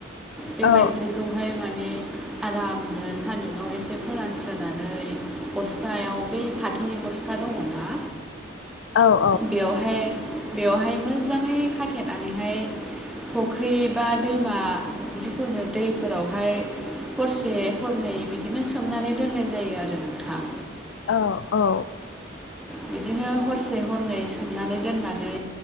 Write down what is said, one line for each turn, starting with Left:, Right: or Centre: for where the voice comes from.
Centre: बे
Left: औ
Centre: माइजलिखौहाय माने आरामनो सान्दुुंआव एसे फोरानस्रोनानै बस्थायाव बे फाथोनि बस्था दङ ना
Left: औ औ।
Centre: बेवहाय बेवहाय मोजाङै खाथेनानैहाय फुख्रि बा दैमा जिखुनु दैफोरावहाय हरसे हरनै बिदिनो सोमनानै दोननाय जायो आरो नोंथां
Left: औ औ
Centre: बिदिनो हरसे हरनै सोमनानै दोननानै